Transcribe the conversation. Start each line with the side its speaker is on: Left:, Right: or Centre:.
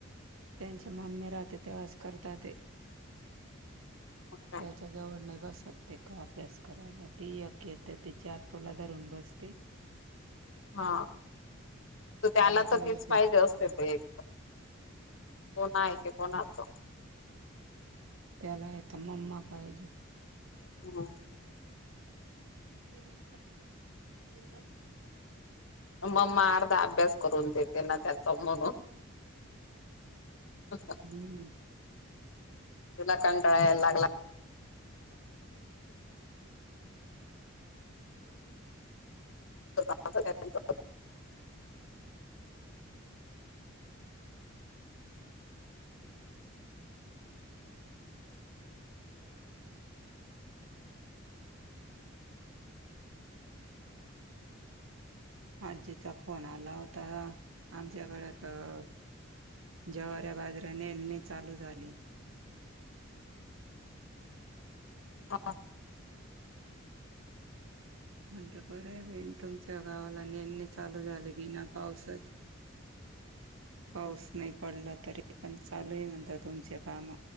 Right: त्यांची मम्मी राहते तेव्हास करत ते.
Left: ह
Right: त्याच्या जवळने बसत ते का अभ्यास करायला ती अ येत त्याच्या आतोला धरून बसते. <inaudible>
Left: हा तर त्याला
Right: आणि
Left: तर
Right: तो येते
Left: तेच पाहिजे असत. एक कोण आहे क कोणातो.
Right: त्याला यता मम्मा पाहिजे.
Left: हो.
Right: पुेली दिस.
Left: मम्मा अर्धा अभ्यास करून देते ना त्याचा म्हणून. <unintelligible>
Right: हम्म
Left: तुला कंटाळायला लागला. काय.
Right: आजजीचा फोन आला होता आमच्याकड तर. जवऱ्या बाजऱ्यानेनी चालू झाली.
Left: हां.
Right: ता बर ब. तुमच्या गावाला नेणे चालू झाले की ना पावसच पाऊस नाही पडला तरी पण चालू आहे म्हणतात तुमचे काम.